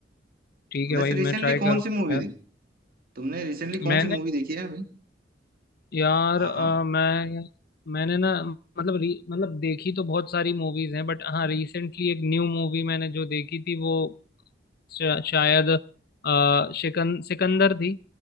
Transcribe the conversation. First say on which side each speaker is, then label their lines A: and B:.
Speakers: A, on the left; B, on the right.
A: ठीक
B: वैसे
A: है भाई
B: रिसेंटली
A: मैं ट्राई
B: कौन
A: करूँगा
B: सी मूवी
A: यार
B: देखी तुमने रिसेंटली
A: मैंने
B: कौन सी मूवी देखी है अभी
A: यार
B: हाँ
A: अ,
B: हाँ
A: मैं मैंने ना मतलब री, मतलब देखी तो बहुत सारी मूवीज हैं बट हाँ रिसेंटली एक न्यू मूवी मैंने जो देखी थी वो शा- शायद आ, शिकन सिकंदर थी